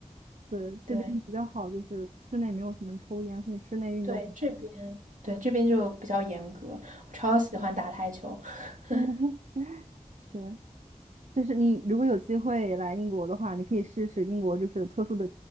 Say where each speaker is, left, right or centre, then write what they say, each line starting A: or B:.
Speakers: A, on the right; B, on the right.
A: 对，这边比较好，
B: 对
A: 就是室内没有什么抽烟，所以室内运动很多。
B: 对，这边对这边就比较严格，
A: 对，
B: 我超喜欢打台球。<laughs>
A: <laughs> 是。就是你如果有机会来英国的话，你可以试试英国就是特殊的、